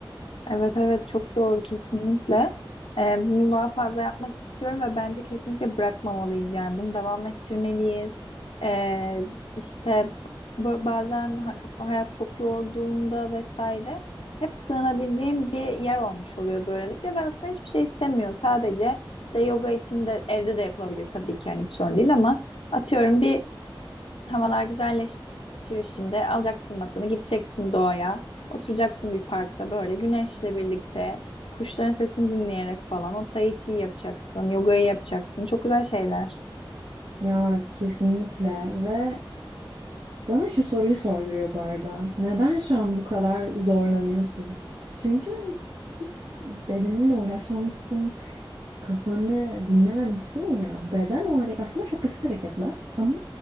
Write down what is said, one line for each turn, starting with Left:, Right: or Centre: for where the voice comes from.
Left: Evet evet çok doğru kesinlikle. Ee, bunu daha fazla yapmak istiyorum ve bence kesinlikle bırakmamalıyız yani bunu devam ettirmeliyiz. Ee, işte b- bazen ha- hayat çok yorduğunda vesaire hep sığınabileceğim bir yer olmuş oluyor böylelikle ve aslında hiçbir şey istemiyor. Sadece işte yoga için de evde de yapılabilir tabii ki yani hiç sorun değil ama atıyorum bir Havalar güzelleşiyor şimdi. Alacaksın matını, gideceksin doğaya. Oturacaksın bir parkta böyle güneşle birlikte. Kuşların sesini dinleyerek falan. O tai chi yapacaksın, yogayı yapacaksın. Çok güzel şeyler.
Right: Ya kesinlikle ve bana şu soruyu sorduruyor bu arada. Neden şu an bu kadar zorlanıyorsun? Çünkü hiç bedeninle uğraşmamışsın, kafanı dinlememişsin ya. Beden o hareket aslında çok basit hareketler ama